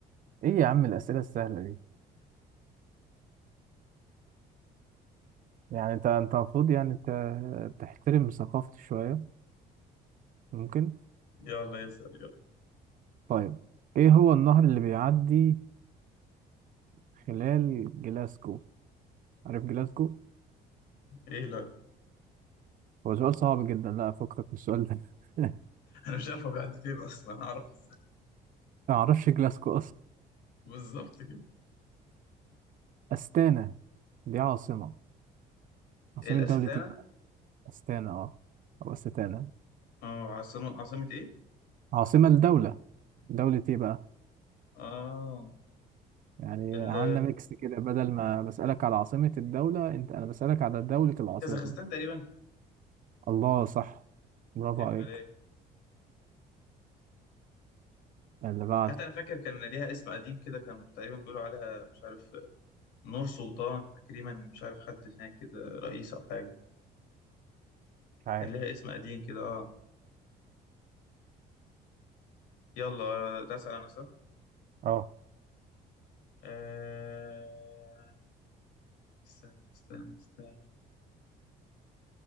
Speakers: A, on the right (about 50°); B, on the left (about 85°).
A: ايه يا عم الاسئلة السهلة دي يعني انت انت المفروض يعني ت- تحترم ثقافتي شوية ممكن
B: يلا اسال يلا
A: طيب ايه هو النهر اللي بيعدي خلال جلاسكو عارف جلاسكو
B: ايه لا <laughs>
A: هو سؤال صعب جدا لا افكك من السؤال ده <laughs>
B: انا مش عارف هو بيعدي فين اصلا هعرفه ازاي
A: ما اعرفش جلاسكو
B: بالظبط كده
A: أستانا دي عاصمة عاصمة
B: الاستانه
A: دولة إيه بقى؟ أستانا أه أو أستانا
B: اه عاصمه عاصمه ايه
A: عاصمة الدولة دولة إيه بقى؟
B: اه
A: يعني
B: ال
A: عملنا ميكس كده بدل ما بسألك على عاصمة الدولة أنت أنا بسألك على دولة العاصمة
B: كازاخستان تقريبا
A: الله صح برافو
B: عيب
A: عليك
B: عليك
A: اللي بعده
B: حتى انا فاكر كان ليها اسم قديم كده كان تقريبا بيقولوا عليها مش عارف نور سلطان تقريبا مش عارف حد هناك كده رئيس أو حاجة
A: مش عارف
B: كان ليها اسم قديم كده اه يلا آه، ده أسأل أنا صح؟
A: اه
B: آه، استنى استنى استنى